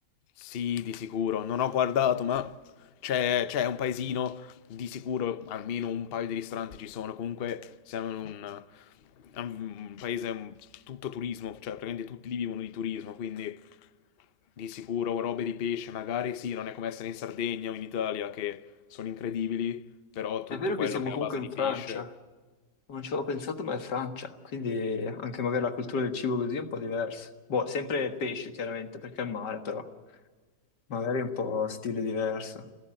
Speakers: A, on the left (about 50°); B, on the left (about 75°).
A: Sì, di sicuro. Non ho guardato, ma c'è c'è un paesino, di sicuro almeno un paio di ristoranti ci sono. Comunque siamo in un, è un paese un- tutto turismo, cioè praticamente tutti lì vivono di turismo, quindi di sicuro robe di pesce, magari sì, non è come essere in Sardegna o in Italia che sono incredibili, però tutto
B: È vero
A: quello
B: che siamo
A: che
B: comunque
A: è a base
B: in
A: di
B: Francia,
A: pesce...
B: non ci avevo pensato, ma è Francia, quindi anche magari la cultura del cibo così è un po' diversa. Boh, sempre pesce chiaramente perché è il mare, però magari è un po' stile diverso.